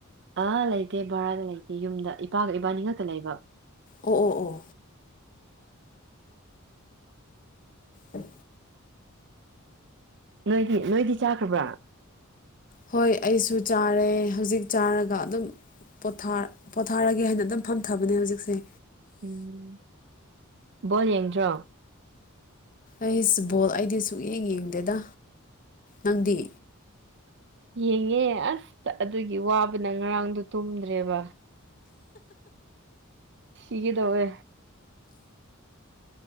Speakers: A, on the right; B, on the left.
A: ꯑ ꯂꯩꯇꯦ ꯚꯔꯥ ꯂꯩꯇꯦ ꯌꯨꯝꯗ ꯏꯄꯥꯒ ꯏꯕꯥꯅꯤ ꯉꯛꯇ ꯂꯩꯕ
B: ꯑꯣ ꯑꯣ ꯑꯣ ꯎꯝ
A: ꯅꯣꯏꯗꯤ ꯅꯣꯏꯗꯤ ꯆꯥꯈ꯭ꯔꯕ꯭ꯔꯥ
B: ꯍꯣꯏ ꯑꯩꯁꯨ ꯆꯥꯔꯦ ꯍꯧꯖꯤꯛ ꯆꯥꯔꯒ ꯑꯗꯨꯝ ꯄꯣ ꯄꯣꯊꯥꯔꯒꯦ ꯍꯥꯏꯅ ꯑꯗꯨꯝ ꯐꯝꯊꯕꯅꯦ ꯍꯧꯖꯤꯛꯁꯦ
A: ꯎꯝ ꯕꯣꯜ ꯌꯦꯡꯗ꯭ꯔꯣ
B: ꯑꯩ ꯕꯣꯜ ꯑꯩꯗꯤ ꯁꯨꯛꯌꯦꯡ ꯌꯦꯡꯗꯦꯗ ꯅꯪꯗꯤ
A: ꯌꯦꯡꯉꯦ ꯑꯁꯇ ꯑꯗꯨꯒꯤ ꯋꯥꯕꯅ ꯉꯔꯥꯡꯗꯣ ꯇꯨꯝꯗ꯭ꯔꯦꯕ ꯍꯤꯒꯗꯋꯦ